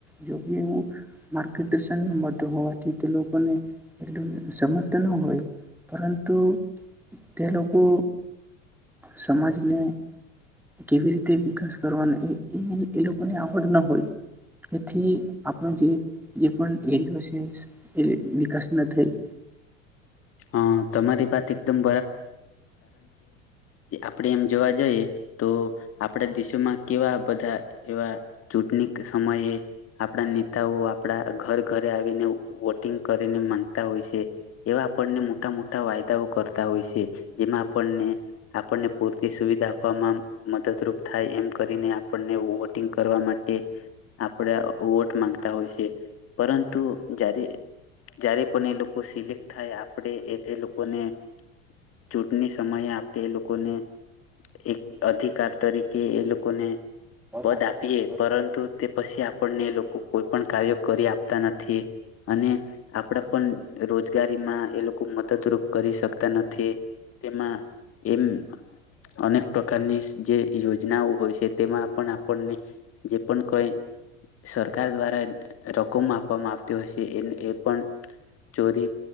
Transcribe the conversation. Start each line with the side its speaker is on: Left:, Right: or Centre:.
Centre: જો કે એવું માર્ગદર્શન ન મળતુ હોવાથી તે લોકોને એટલું સમત ન હોય પરંતુ તે લોકો સમાજને કેવી રીતે વિકાસ કરવાનો એ લોકો ની આવડ ના હોય તેથી આપણ જે પણ એરયો છે એ વિકાસ ન થાય
Left: હા તમારી વાત એકદમ એ આપડે એમ જોવા જઈએ તો આપડા દેશોમાં કેવા બ દા એવા ચૂંટણી સમયે આપણા નેતાઓ આપણા ઘર ઘરે આવીને વોટિંગ કરીને માંગતા હોય છે એવા આપણને મોટા મોટા વાયદાઓ કરતા હોય છે જેમાં આપણને આપણને પૂરતી સુવિધા આપવામાં મદદરૂપ થાય એમ કરીને આપણને વોટિંગ કરવા માટે આપણા વોટ માંગતા હોય છે પરંતુ જ્યારે જ્યારે પણ એ લોકો સિલેક્ટ થાય આપડે એ લોકો કોને ચૂંટણી સમયે આપણે એ લોકોને એક અધિકાર તરીકે એ લોકોને
Centre: <inaudible>
Left: પદ આપીએ પરંતુ તે પછી આપણને એ લોકો કોઈ પણ કાર્ય કરી આપતા નથી અને આપડા પણ રોજગારીમાં એ લોકો મદદરૂપ કરી શકતા નથી તેમાં એમ અનેક પ્રકારની જે યોજનાઓ હોય છે તેમાં પણ આપ આપણને જે પણ કઈ સરકાર દ્વારા રકમ આપવામાં આવતી હોય છે એ એ પણ ચોરી